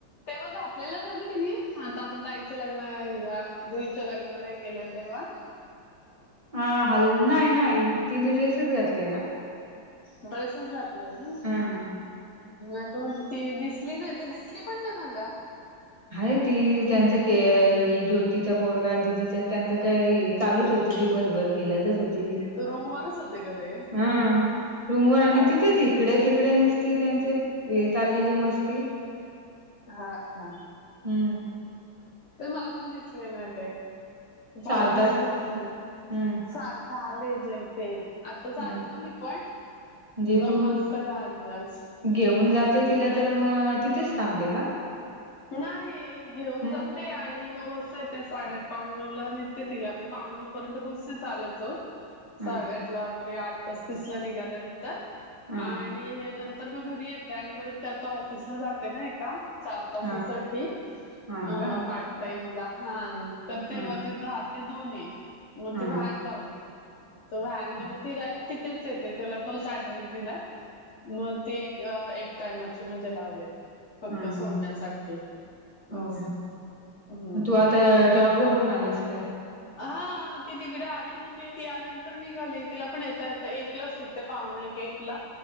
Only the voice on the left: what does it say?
ते घातलेलं का गं तिने आता आपण ताईचं लग्ना हिला जुईच्या लग्नाला हे केलेल तेव्हा
ड्रेसच घातलेला ना
आता म्हटलं ती दिसली नाही ती दिसली पण नाही मला
रूम वरच होते का ते
हा
हा, का,
ते, मला पण दिसले नाही ते. ती पोर,
दिसलीच ना,
सार्थ आले जेवते, आताच आली
ना मीपण,
दोन
वाजता आली आज,
नाही, घेऊन
जाते, आणि नव येत, साडेआठ, पावणे नऊ ला नेते तिला म्हणजे, पावणे नऊ पर्यंत पोहोचते, चालत जाऊन
साडेआठ, ला वगरे आठ पस्तीस ला निघाल्यानंतर,
आणि तर मग घरी येते, आणि परत ते आता, ऑफिसला जाते ना एका, चार तासासाठी,
अ
पार्ट टाईम ला, हा तर तेव्हा
ते द ते दोन आहे, मग
ते व्हॅन लावले. तो, व्हॅनने
मग ती, डायरेक्ट तिथेच येते, त्याला तोच ऍड्रेस दिलाय, मग ती अ, एक टायमाचे म्हणजे लावले,
फक्त सोडण्यासाठी,
असं
हम्म
तर
हा, ती तिकडे आली, म मी ती आल्यानंतर निघाली, तिला पण येता- येता एकला सुटते, पाहुणे एकला,